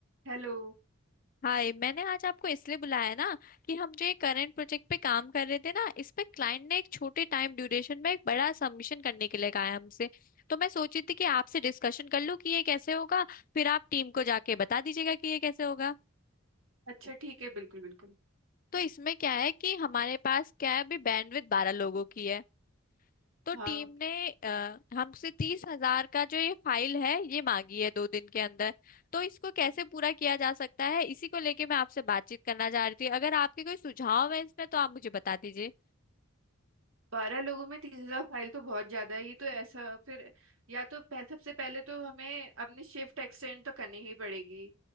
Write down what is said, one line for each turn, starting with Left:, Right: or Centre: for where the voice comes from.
Right: हेलो
Left: हाय मैंने आज आपको इसलिए बुलाया ना कि हम जो ये करंट प्रोजेक्ट पे काम कर रहे थे ना इस पे क्लाइंट ने एक छोटे टाइम ड्यूरेशन में एक बड़ा सबमिशन करने के लिए कहा है हमसे तो मैं सोची थी कि आपसे डिस्कशन कर लूं कि ये कैसे होगा फिर आप टीम को जाके बता दीजिएगा कि ये कैसे होगा
Right: अच्छा ठीक है बिल्कुल बिल्कुल
Left: तो इसमें क्या है कि हमारे पास क्या है अभी बैंडविड्थ बारह लोगों की है तो टीम
Right: हाँ
Left: ने अ, हमसे तीस हजार का जो ये फाइल है ये मांगी है दो दिन के अंदर तो इसको कैसे पूरा किया जा सकता है इसी को लेके मैं आपसे बातचीत करना चाह रही थी अगर आपके कोई सुझाव है इसमें तो आप मुझे बता दीजिए
Right: बारह लोगों में तीस हजार फाइल तो बहुत ज्यादा है ये तो ऐसा फिर या तो पह, सबसे पहले तो हमें अपनी शिफ्ट एक्सटेंड तो करनी ही पड़ेगी